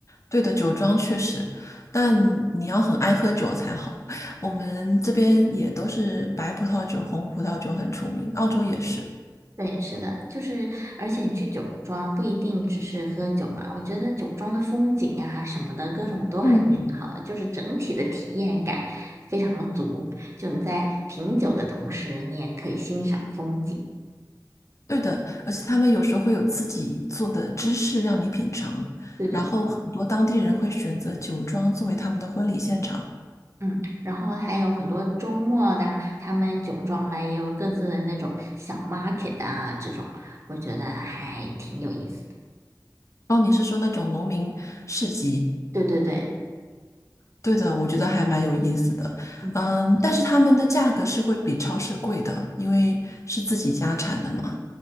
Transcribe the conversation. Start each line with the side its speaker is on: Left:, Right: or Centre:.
Left: 对的，酒庄确实，但你要很爱喝酒才好。我们这边也都是白葡萄酒、红葡萄酒很出名，澳洲也是。
Right: 对，是的，就是，而且你去酒庄不一定只是喝酒嘛，我觉得酒庄的风景啊什么的，各种都还挺好的，
Left: 嗯，
Right: 就是整体的体验感非常的足。就你在品酒的同时，你也可以欣赏风景。
Left: 对的，而且他们有时候会有自己做的芝士让你品尝，
Right: 对对
Left: 然后很多当地人会选择酒庄作为他们的婚礼现场。
Right: 嗯，然后还有很多周末的，他们酒庄啊也有各自的那种小 market 啊，这种我觉得还挺有意思的。
Left: 哦，你是说那种农民市集？
Right: 对对对，
Left: 对的，我觉得还蛮有意思的。
Right: 嗯。
Left: 嗯，但是他们的价格是会比超市贵的，因为是自己家产的嘛。